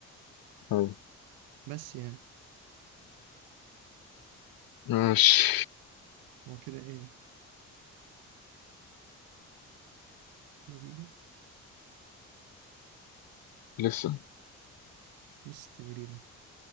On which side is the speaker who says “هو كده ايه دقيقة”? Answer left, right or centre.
Right